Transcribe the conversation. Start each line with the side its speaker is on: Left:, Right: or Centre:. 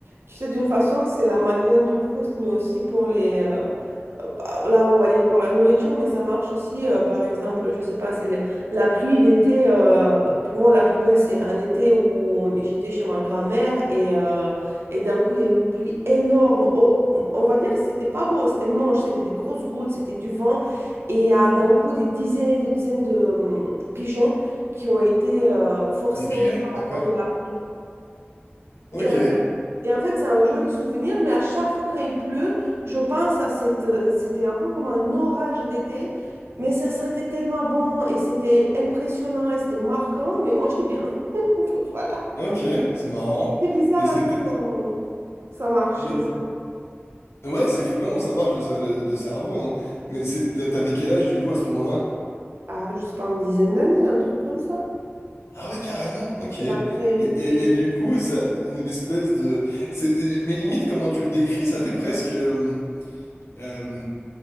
Right: Tu sais, d'une façon, c'est la Madeleine de Proust, mais aussi pour les... euh, euh, là, on va dire pour la nourriture, mais ça marche aussi, euh, par exemple, je sais pas, c'est les- la pluie d'été. euh, pour moi, la plus belle, c'est un été où on- j'étais chez ma grand-mère et, euh, et d'un coup, il y a eu une pluie énorme. Oh, on va dire que c'était pas beau, c'était moche, c'était des grosses gouttes, c'était du vent. Et il y a d'un coup des dizaines et des dizaines de hum, pigeons qui ont été euh, forcés
Left: Des pigeons,
Right: au sol
Left: d'accord.
Right: à cause de la pluie.
Left: Ok,
Right: Et et en fait, c'est un joli souvenir, mais à chaque fois quand il pleut, je pense à cette... euh, C'était un peu comme un orage d'été, mais ça sentait tellement bon et c'était impressionnant et c'était marquant, mais moi, je dis bien. <laughs> Donc voilà.
Left: ok, c'est marrant.
Right: C'est bizarre
Left: Et
Right: en
Left: c'était.
Right: fait qu'on... Ça marche,
Left: Mais
Right: le cerveau.
Left: ouais, c'est fou comment ça marche le, cer- le- le cerveau. hein. Mais c'est- t'a- t'avais quel âge du coup à ce moment-là?
Right: Ah, je sais pas, une dizaine d'années, un truc comme ça.
Left: Ah ouais, carrément, ok.
Right: C'est
Left: Et,
Right: pas très,
Left: et,
Right: très...
Left: et du coup, ça, une espèce de. c'est- Mais limite, comment tu le décris, ça fait presque. euh, euh,